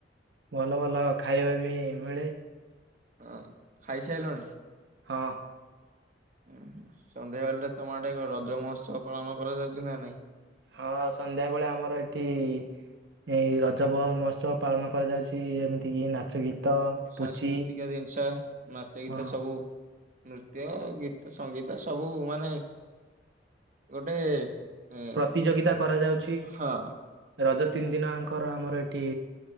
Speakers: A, on the right (about 70°); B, on the right (about 45°).
A: ଭଲ ଭଲ ଖାଇବା ବି ମିଳେ।
B: ହଁ ଖାଇସାଇଲାଣି?
A: ହଁ।
B: ଉଁ ସନ୍ଧ୍ୟାବେଳେ ତମର ଟେ ରଜ ମହୋତ୍ସବ ପାଳନ କରାଯାଉଛି ନା ନାଇଁ।
A: ହଁ ସନ୍ଧ୍ୟାବେଳେ ଆମର ଏଠି ଏଇ ରଜ ମହୋତ୍ସବ ପାଳନ କରାଯାଉଛି ଏମିତି କି ନାଚ ଗୀତ
B: ସାଂସ୍କୃତିକ
A: ପୁଚି
B: ଜିନିଷ ନାଚ ଗୀତ
A: ହଁ
B: ସବୁ ନୃତ୍ୟ ଗୀତ ସଙ୍ଗୀତ ସବୁ ମାନେ ଗୋଟେ ଏ
A: ପ୍ରତିଯୋଗିତା କରାଯାଉଛି
B: ହଁ
A: ରଜ ତିନି ଦିନଙ୍କର ଆମର ଏଠି